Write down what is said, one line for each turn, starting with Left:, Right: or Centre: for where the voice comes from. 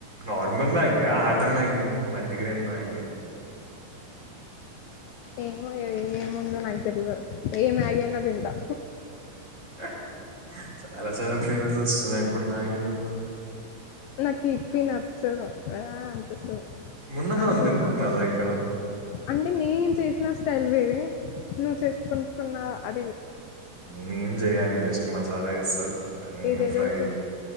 Right: నోర్మల్ మాగీయా ఆటా మాగీయా మల్టీగ్రేన్ మాగీయా
Left: ఏనుో ఏము ముంద నాగదిల్ ఏ మాగీయా అన్నో థింటా
Right: ఆ చాలా చాలా ఫ్లేవర్స్ వస్తు తునయ్ ఇప్పుడు మ్యాగలో కుడా
Left: నాకు ఇప్పి నచ్చదు వా అనిపిస్తాది
Right: మొన్న
Left: అందు
Right: మనం తిన్నాం కదా ఇక్కడ
Left: అంటే నేను చేసిన స్టైల్ వేరే నువ్వు చేస తీసుకుంటున్నా అ
Right: నను జయ న జస్ మసాలా ఇ స ఇంటనేం
Left: ఏదేదో
Right: ఫ్రై
Left: చేస్